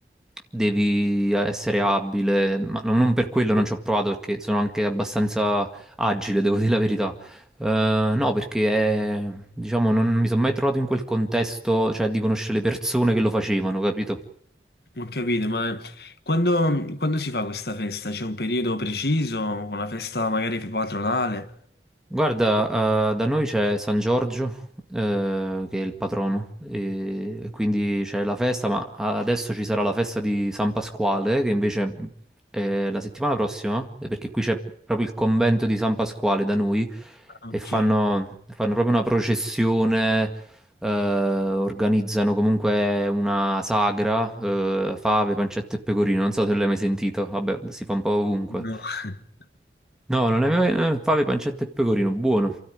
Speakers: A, in the centre; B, on the left.
A: devi essere abile, ma non non per quello non ci ho provato perché sono anche abbastanza agile, devo dire la verità. Eh, no, perché eh, diciamo non mi sono mai trovato in quel contesto, cioè di conoscere le persone che lo facevano, capito?
B: Ho capito, ma quando, quando si fa questa festa? C'è un periodo preciso? Una festa magari patronale?
A: Guarda, eh, da noi c'è San Giorgio, eh, che è il patrono, e, e quindi c'è la festa, ma adesso ci sarà la festa di San Pasquale, che invece è la settimana prossima, eh, perché qui c'è proprio il convento di San Pasquale da noi,
B: Ah,
A: e
B: Ok.
A: fanno, fanno proprio una processione, eh, organizzano comunque una sagra, eh, fave, pancetta e pecorino, non so se l'hai mai sentito, vabbè, si fa un po' ovunque.
B: No, <laughs>
A: No, non è mai... eh, fave, pancetta e pecorino, buono.